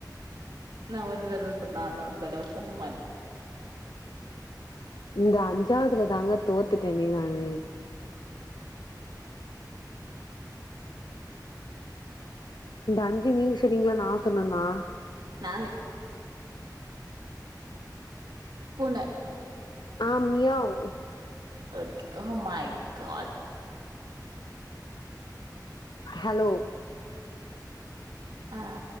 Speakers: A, on the right; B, on the left.
A: நா ஒரு தடவ சொன்னா நூறு தடவ சொன்ன மாரி
B: இந்த அஞ்சாவதுல தாங்க தோத் துட்டேன்டி நானு இந்த அஞ்சு நீங்க சொன்னிங்களா நா சொன்னேனா
A: நானு பூன
B: ஆஹ் meow
A: at oh my god
B: hello
A: ஆ‌